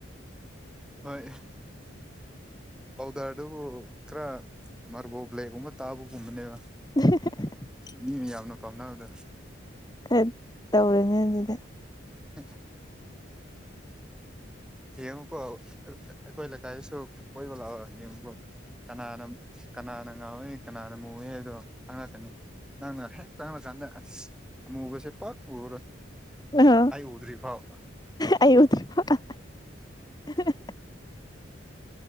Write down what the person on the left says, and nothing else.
<unintelligible>
ꯀꯩ ꯇꯧꯔꯅꯤ ꯑꯗꯨꯗꯤ
ꯑꯣ
ꯑꯩ ꯎꯗ꯭ꯔꯣ <inaudible>